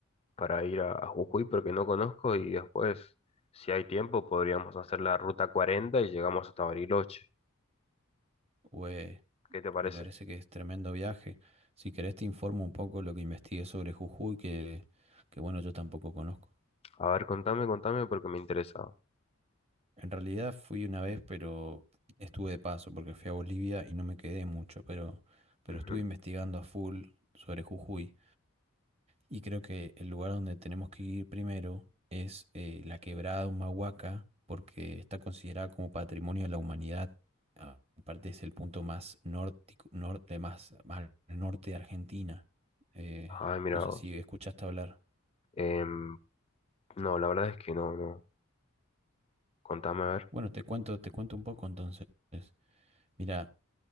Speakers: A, on the left; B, on the right.
A: para ir a, a Jujuy porque no conozco y después, si hay tiempo, podríamos hacer la ruta cuarenta y llegamos hasta Bariloche.
B: ¿O es
A: ¿Qué te parece?
B: Me parece que es tremendo viaje. Si querés te informo un poco lo que investigué sobre Jujuy, que, que bueno, yo tampoco conozco.
A: A ver, contame, contame porque me interesa.
B: En realidad fui una vez, pero estuve de paso porque fui a Bolivia y no me quedé mucho, pero, pero
A: Ujú.
B: estuve investigando a full sobre Jujuy. Y creo que el lugar donde tenemos que ir primero es eh, la quebrada Humahuaca, porque está considerada como patrimonio de la humanidad. Ah, Aparte es el punto más nórtico- norte, más, más al norte de Argentina. Eh,
A: Ay, mira
B: no sé
A: vos.
B: si escuchaste hablar.
A: Em, no, la verdad es que no, no. Contame a ver.
B: Bueno, te cuento, te cuento un poco entonces. Mira,